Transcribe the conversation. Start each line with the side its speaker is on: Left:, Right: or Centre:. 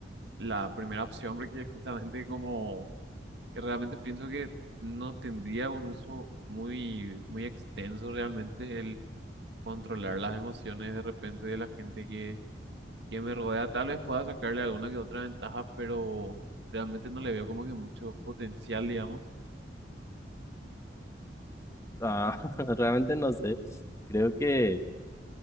Right: la primera opción porque justamente como y realmente pienso que no tendría un uso muy, muy extenso realmente el controlar las emociones de repente de la gente que, que me rodea. Tal vez pueda sacarle alguna que otra ventaja, pero realmente no le veo como que mucho potencial, digamos.
Left: Ah, <laughs> realmente no sé. Creo que